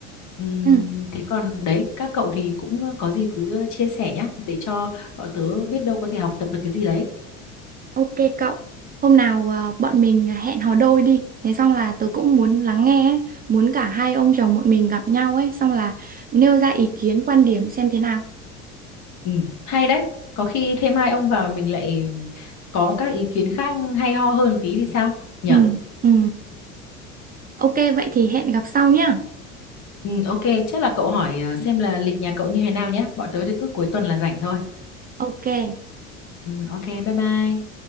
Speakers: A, on the left; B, on the right.
A: Ừm,
B: ừ
A: thế còn đấy các cậu thì cũng ờ, có gì cứ ờ, chia sẻ nhá để cho bọn tớ biết đâu có thể học tập được cái gì đấy
B: ok cậu hôm nào ờ, bọn mình hẹn hò đôi đi thế xong là tớ cũng muốn lắng nghe ấy. muốn cả hai ông chồng bọn mình gặp nhau ấy xong là nêu ra ý kiến quan điểm xem thế nào
A: ừ, hay đấy có khi thêm hai ông vào mình lại có các ý kiến khác hay ho hơn tí thì sao nhở
B: ừ ừ ok vậy thì hẹn gặp sau nhá
A: ừ, ok chắc là cậu hỏi ờ, xem là lịch nhà cậu như thế nào nhá bọn tớ thì cứ cuối tuần là rảnh thôi
B: ok
A: ừ, ok bye bye